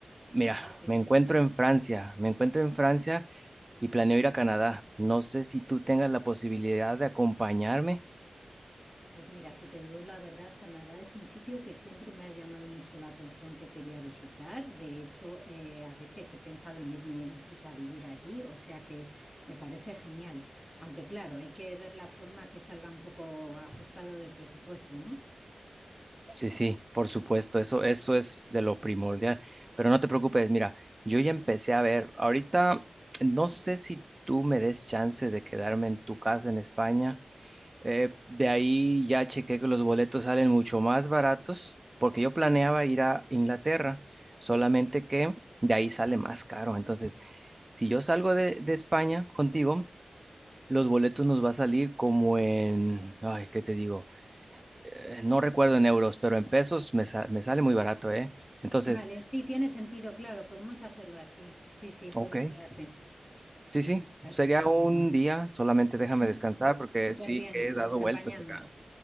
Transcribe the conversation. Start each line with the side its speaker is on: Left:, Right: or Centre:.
Right: mira,
Left: ¡Wow, qué
Right: me
Left: suerte!
Right: encuentro en Francia, me encuentro en Francia y planeo ir a Canadá. No sé si tú tengas la posibilidad de acompañarme.
Left: Pues mira, si te digo la verdad, Canadá es un sitio que siempre me ha llamado mucho la atención que quería visitar. De hecho, eh, a veces he pensado en irme incluso a vivir allí, o sea que me parece genial. Aunque claro, hay que ver la forma que salga un poco ajustado de presupuesto, ¿no?
Right: Sí, sí, por supuesto, eso, eso es de lo primordial. Pero no te preocupes, mira, yo ya empecé a ver, ahorita no sé si tú me des chance de quedarme en tu casa en España. Eh, de ahí ya chequé que los boletos salen mucho más baratos, porque yo planeaba ir a Inglaterra, solamente que de ahí sale más caro. Entonces, si yo salgo de, de España contigo, los boletos nos va a salir como en, ay, ¿qué te digo? eh, no recuerdo en euros, pero en pesos me, sa- me sale muy barato, ¿eh? Entonces,
Left: Vale, sí, tiene sentido, claro, podemos hacerlo así. Sí, sí, puedes
Right: ok,
Left: quedarte en
Right: sí, sí,
Left: casa.
Right: sería un día, solamente déjame
Left: Mm,
Right: descansar
Left: Mm,
Right: porque
Left: súper
Right: sí
Left: bien,
Right: que he dado
Left: nos
Right: vueltas
Left: apañamos.
Right: acá.